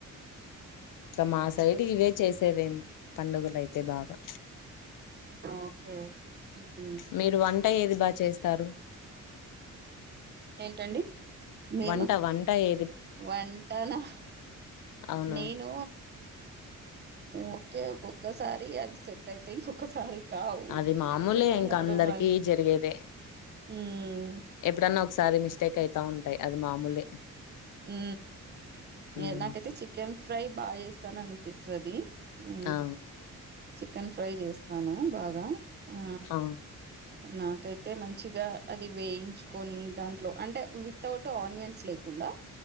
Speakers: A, on the left (about 80°); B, on the right (about 35°).
A: క మా సైడ్ ఇవే చేసేదేం పండుగలు అయితే బాగా
B: ఓకే హు
A: మీరు వంట ఏది బా చేస్తారు
B: ఏంటండి మేమ
A: వంట వంట ఏ
B: వంటనా
A: అవును
B: నేను ఓకే ఒక్కొక్కసారి అవి సెట్ అయితాయి ఇంకొకసారి కావు
A: అది మామూలే
B: సెట్ అయినప్పుడు
A: ఇంక అందరికి
B: మం
A: జరిగేదే
B: ఉ
A: ఎప్పుడన్నా ఒకసారి మిస్టేక్ అయితా ఉంటాయి అది మామూలే
B: ఉ
A: ఉమ్
B: ఉ నాకైతే చికెన్ ఫ్రై బా చేస్తాననిపిస్తది హు
A: ఆ
B: చికెన్ ఫ్రై చేస్తాను బాగా ఆ
A: హా
B: నాకైతే మంచిగా అది వేయించుకొని దాంట్లో అంటే వితౌట్ ఆనియన్స్ లేకుండా